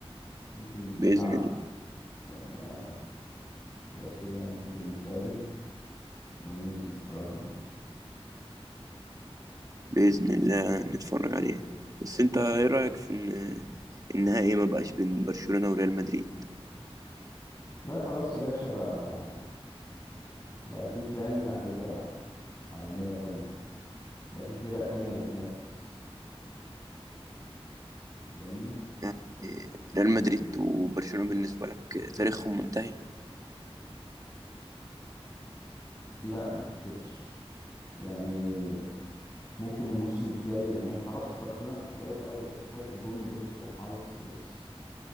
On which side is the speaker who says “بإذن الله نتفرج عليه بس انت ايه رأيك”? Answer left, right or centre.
Right